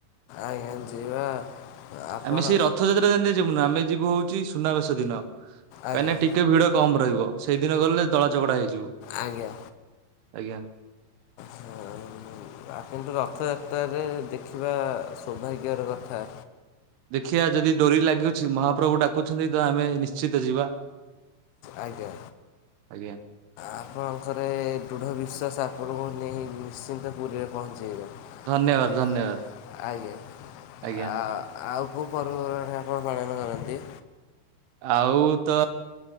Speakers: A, on the left (about 80°); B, on the right (about 85°).
A: ଆଜ୍ଞା ଯିବା। ଆପଣ
B: ଆମେ ସେଇ ରଥଯାତ୍ରା ଦିନ ଯିବୁନୁ ଆମେ ଯିବୁ ହଉଛି ସୁନାବେଶ ଦିନ କାହିଁକିନା
A: ଆଜ୍ଞା
B: ଟିକେ ଭିଡ କମ ରହିବ। ସେଇଦିନ ଗଲେ ଦଳା ଚକଟା ହେଇଯିବୁ।
A: ଆଜ୍ଞା।
B: ଆଜ୍ଞା।
A: ହଉ ଆପଣ ତ ରଥଯାତ୍ରାରେ ଦେଖିବା ସୌଭାଗ୍ୟର କଥା।
B: ଦେଖିଆ ଯଦି ଡୋରି ଲାଗୁଛି ମହାପ୍ରଭୁ ଡାକୁଛନ୍ତି ତ ଆମେ ନିଶ୍ଚିତ ଯିବା।
A: ଆଜ୍ଞା।
B: ଆଜ୍ଞା
A: ଆପଣଙ୍କର ଏ ଦୃଢ ବିଶ୍ୱାସ ଆପଣଙ୍କୁ ନେଇ ନିଶ୍ଚିନ୍ତ ପୁରୀରେ ପହଞ୍ଚେଇବ?
B: ଧନ୍ୟବାଦ
A: ଆ
B: ଧନ୍ୟବାଦ
A: ଆଇଲେ
B: ଆଜ୍ଞା
A: ଆ ଆଉ କୋଉ ପର୍ବପର୍ବାଣୀ ଆପଣ ପାଳନ କରନ୍ତି?
B: ଆଉ ତ